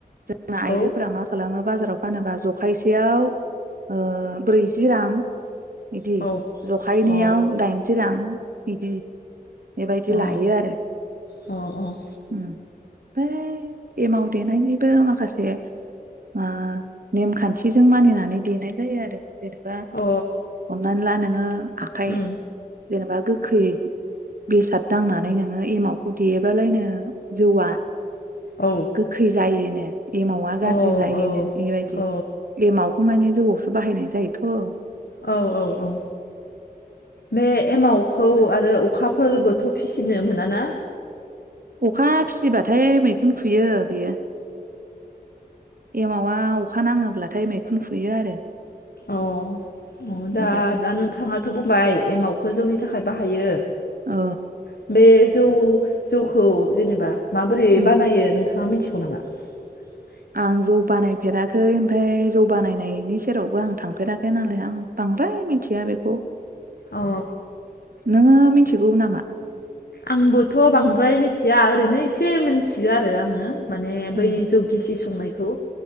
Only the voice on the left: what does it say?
औ
औ
औ
औ
औ
औ
उम
औ
औ
औ
औ
औ औ औ बे एमावखौ आरो अखा फोरबोथ' फिसिनो मोना ना।
अ अ दा
दा नोंथाङा' थ' बुंबाय एमावखौ जौनि थाखाय बाहायो।
<inaudible> जौखौ जेनेबा माबोरै
बानायो नोंथां? नोंथांआ मिथिगौ नामा? <inaudible>
अ
आंबोथ' बांद्राय मिथिया ओरैनो एसे मिथिगौ आरो आङो। माने
बै जौ गिसि संनायखौ